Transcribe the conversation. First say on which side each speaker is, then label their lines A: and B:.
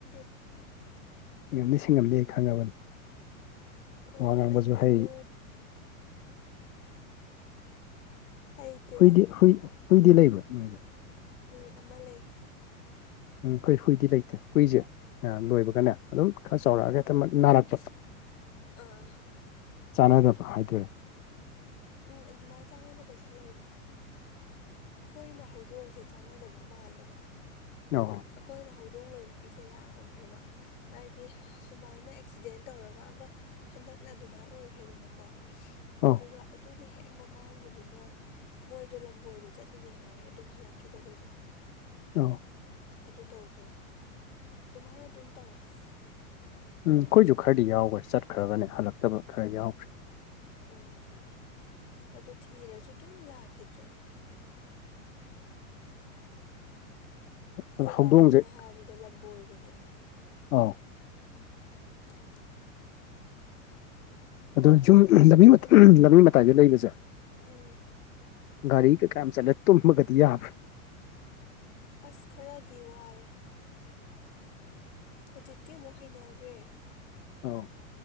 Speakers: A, on the left; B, on the left.
A: ꯁꯤꯡꯗꯦ
B: ꯌꯥꯝꯗꯤ ꯁꯤꯡꯉꯝꯅꯤ ꯑꯩ ꯈꯪꯉꯕꯅꯤ
A: ꯑꯣ
B: ꯋꯥ ꯉꯥꯡꯕꯁꯨ
A: ꯅꯠꯇꯦꯀꯣ
B: ꯍꯩ
A: ꯍꯩꯇꯦꯗ
B: ꯍꯨꯏꯗꯤ ꯍꯨꯏ ꯍꯨꯏꯗꯤ ꯂꯩꯕ ꯅꯣꯏꯒꯤ
A: ꯎꯝ ꯑꯃ ꯂꯩ
B: ꯎꯝ ꯑꯩꯈꯣꯏ ꯍꯨꯏꯗꯤ ꯂꯩꯇꯦ ꯍꯨꯏꯁꯦ ꯂꯣꯏꯕꯒꯅꯦ ꯑꯗꯨꯝ ꯈꯔ ꯆꯥꯎꯔꯛꯑꯒ ꯍꯦꯛꯇꯃꯛ ꯅꯥꯔꯛꯄ
A: ꯑꯥ
B: ꯆꯥꯟꯅꯗꯕ ꯍꯥꯏꯗꯣꯏꯔ
A: ꯎꯝ ꯑꯗꯨꯃꯥꯏ ꯆꯥꯟꯅꯗꯕꯁꯨ ꯂꯩꯕꯅꯦ ꯑꯩꯈꯣꯏꯅ ꯍꯧꯗꯣꯡꯁꯦ ꯆꯥꯟꯅꯗꯕ ꯃꯥꯜꯂꯦꯕ
B: <unintelligible>
A: ꯑꯩꯈꯣꯏꯅ ꯍꯧꯗꯣꯡ ꯂꯣꯏꯔꯛꯏꯁꯦ ꯌꯥꯝꯈ꯭ꯔꯦꯕ ꯍꯥꯏꯗꯤ ꯁꯨꯃꯥꯏꯅ ꯑꯦꯛꯁꯤꯗꯦꯟ ꯇꯧꯔꯒ ꯑꯃ ꯍꯟꯗꯛꯅ ꯑꯗꯨꯃꯥꯏ ꯑꯣꯏꯈ꯭ꯔꯦꯗꯅꯀꯣ ꯑꯗꯨꯒ
B: ꯑꯧ
A: ꯑꯗꯨꯒꯤ ꯍꯦꯛ ꯃꯃꯥꯡꯒꯤꯗꯨꯅ ꯃꯣꯏꯗꯣ ꯂꯝꯕꯣꯏꯕ ꯆꯠꯂꯤꯅꯦ ꯍꯥꯏꯌꯦ ꯑꯗꯨꯝ ꯍꯜꯂꯛꯈꯤꯗꯕꯗꯣ꯫
B: ꯑ
A: ꯑꯗꯨ ꯇꯧꯈ꯭ꯔꯦ ꯑꯗꯨꯃꯥꯏꯅ ꯑꯗꯨꯝ ꯇꯧꯋꯁ
B: ꯎꯝ ꯑꯩꯈꯣꯏꯁꯨ ꯈꯔꯗꯤ ꯌꯥꯎꯒꯔꯦ ꯆꯠꯈ꯭ꯔꯒꯅꯦ ꯍꯜꯂꯛꯇꯕ ꯈꯔ ꯌꯥꯎꯈ꯭ꯔꯦ
A: ꯑꯣꯑ ꯑꯗꯨ ꯊꯤꯔꯁꯨ ꯑꯗꯨꯝ ꯂꯥꯛꯈꯤꯗ꯭ꯔꯦ ꯑꯩꯕꯥꯍꯣꯏꯅ
B: ꯑꯗꯣ ꯍꯧꯗꯣꯡꯁꯦ
A: ꯍꯥꯏꯔꯕꯗ ꯂꯝꯕꯣꯏꯔꯤꯅꯦ ꯍꯥꯏꯌꯦ
B: ꯑꯥꯎ
A: <inaudible>
B: ꯑꯗꯣ ꯌꯨꯝ ꯂꯝꯕꯤ ꯂꯝꯕꯤ ꯃꯇꯥꯏꯗꯥ ꯂꯩꯕꯁꯤ‌
A: ꯎꯝ
B: ꯒꯥꯔꯤ ꯀ ꯀꯥ ꯋꯥꯐꯝ ꯆꯠ ꯇꯨꯝ ꯌꯥꯕꯔ
A: ꯑꯁ ꯈꯔꯗꯤ ꯋꯥꯏ ꯍꯧꯖꯤꯛꯇꯤ ꯑꯃꯨꯛ ꯍꯩꯅꯈ꯭ꯔꯦ
B: ꯑꯧ